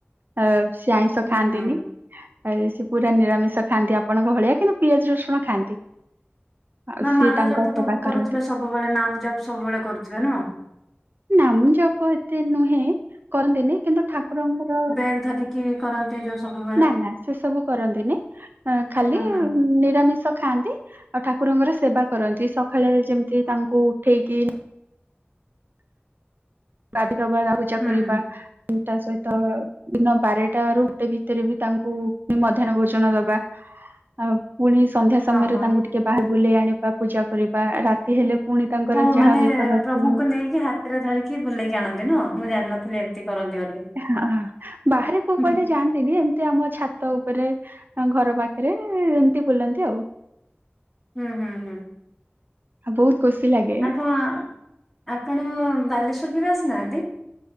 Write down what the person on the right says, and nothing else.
ଆ ସିଏ ଆଇଁଷ
ଖାଆନ୍ତିନି।
ସେ ପୁରା ନିରାମିଷ ଖାଆନ୍ତି ଆପଣଙ୍କ ଭଳିଆ କିନ୍ତୁ ପିଆଜ ରସୁଣ ଖାଆନ୍ତି। ଆଉ
ସିଏ
ତାଙ୍କ
ସେବା
କରନ୍ତି
ନାମ ଜପ ଏତେ ନୁହେଁ କରନ୍ତିନି କିନ୍ତୁ ଠାକୁରଙ୍କର
ନା ନା ସେ ସବୁ କରନ୍ତିନି ଅ ଖାଲି
ନିରାମିଷ ଖାଆନ୍ତି। ଆଉ ଠାକୁରଙ୍କର ସେବା କରନ୍ତି ସକାଳେ ଯେମିତି ତାଙ୍କୁ ଉଠେଇକି ଗାଧି ଦବା ତାଙ୍କ ପୂଜା
କରିବା ତା ସହିତ ଦିନ ବାରଟା ରୁ ଗୋଟେ ଭିତରେ ବି ତାଙ୍କୁ ମଧ୍ୟାହ୍ନ ଭୋଜନ ଦବା ଆ ପୁଣି ସନ୍ଧ୍ୟା ସମୟରେ
ତାଙ୍କୁ ଟିକେ ବାହାରେ ବୁଲେଇ ଆଣିବା ପୂଜା କରିବା ରାତି ହେଲେ ପୁଣି ତାଙ୍କର
ଯାହା
ବେଶ କରିଥିବେ
ହଁ ବାହାରେ କୋଉ
ପଟେ
ଯାଆନ୍ତିନି ଏମିତି ଆମ ଛା ତ ଉପରେ ଘର ପାଖରେ ଏମିତି ବୁଲନ୍ତି ଆଉ।
ଆଉ ବହୁତ ଖୁସି ଲାଗେ